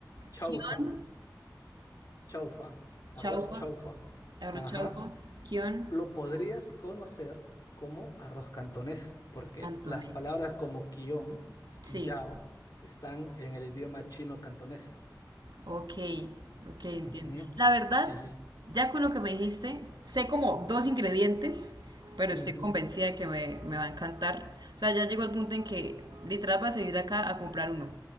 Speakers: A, on the left; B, on the right.
A: chaufa,
B: guión,
A: chaufa, arroz
B: chaufa,
A: chaufa.
B: arroz
A: Ajá.
B: chaufa, guión,
A: lo podrías conocer como arroz cantonés, porque
B: cantonés.
A: las palabras como quion, sillao,
B: Sí,
A: están en el idioma chino-cantonés.
B: ok, ok, entiendo.
A: Ujú,
B: La verdad,
A: Sí,
B: ya con lo que me dijiste, sé como dos ingredientes, pero
A: ujú.
B: estoy convencida de que me, me va a encantar. O sea, ya llegó el punto en que literal va a salir de acá a comprar uno.